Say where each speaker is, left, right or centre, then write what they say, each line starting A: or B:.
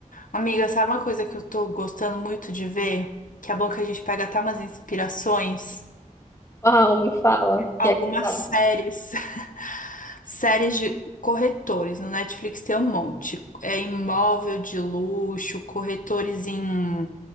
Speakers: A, on the left; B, on the left.
A: Amiga, sabe uma coisa que eu tô gostando muito de ver? Que é bom que a gente pega até umas inspirações.
B: Uau, me fala, que
A: algumas
B: é que tá.
A: séries. <laughs> Séries de corretores. No Netflix tem um monte. É imóvel de luxo, corretores em,